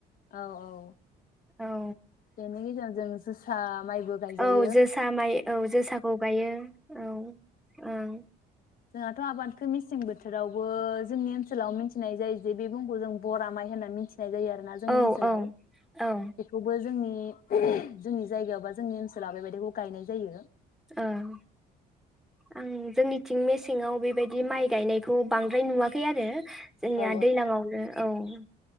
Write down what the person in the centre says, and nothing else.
औ
औ जोसा माइ औ जोसाखौ गायो औ ओं।
औ
औ औ
ओं आं जोंनिथिं मेसेङाव बेबायदि माइ गायनायखौ बांद्राय नुआखै आरो। जोंनिया
दैलाङावनो औ।